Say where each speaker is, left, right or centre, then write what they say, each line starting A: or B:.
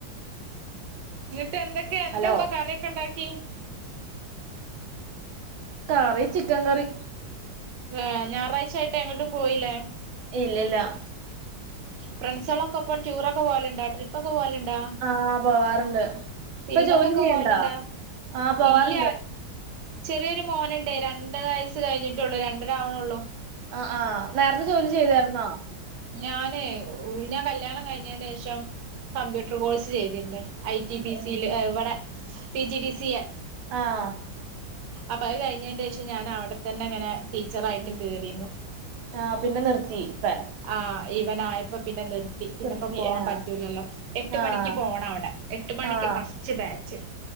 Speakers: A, on the right; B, on the right.
A: ന്നിട്ട് എന്തൊക്കെയാ എന്താങ്ങ്
B: ഹലോ
A: കറിയൊക്കെ ഉണ്ടാക്കി?
B: കറി ചിക്കൻ കറി.
A: ഏ ഞാറാഴ്ച്ചായിട്ട് എങ്ങട്ടും പോയിലേ?
B: ഇല്ലല്ല.
A: ഫ്രണ്ട്സാളൊക്കെപ്പം ടൂറൊക്കെ പോല്ണ്ട ട്രിപ്പ് ഒക്കെ പോവലണ്ടോ?
B: ആഹ് പോവാറുണ്ട്!
A: സിനിമക്കൊക്കെ
B: ഇപ്പൊ ജോലി ചെയ്യണ്ടാ
A: പോലുണ്ടാ?
B: ആഹ് പോവാറുണ്ട്
A: ഇല്ല... ചെറിയൊരു മോനുണ്ടേ, രണ്ട് വയസ്സ് കഴിഞ്ഞിട്ടുള്ളൂ. രണ്ടരാവ്ണള്ളൂ.
B: ആഹ് ആ നേരത്തെ ജോലി ചെയ്താരുന്നോ?
A: ഞാനെഹു, ഞാൻ കല്യാണം കഴിഞ്ഞൻ്റെ ശേഷം, കമ്പ്യൂട്ടർ കോഴ്സ് ചെയ്തിന്ന്!. ഐ ടി
B: ഉം
A: പി
B: ഉം
A: സി ല് ഇവിടെ P G D C A.
B: ആഹ്
A: അപ്പഅഹ് കയ്ഞ്ഞേന്റെശം ഞാൻ അവിടെത്തന്നെ അങ്ങനെ ടീച്ചറായിട്ട്
B: ഉം
A: കേറീന്നു.
B: ആഹ് പിന്നെ നിർത്തി ഫേ
A: ആഹ് ഇവനാആയപ്പോ പിന്നെ നിർത് തി പിന്നെപ്പോ
B: നിർത്തി
A: പോവാൻ
B: ആഹ്
A: പറ്റൂലല്ലോ,? എട്ട്
B: ആഹ്
A: മണിക്ക് പോണം അവടെ. എട്ട് മണിക്ക്
B: ആഹ്
A: ഫസ്റ്റ് ബാച്ച്.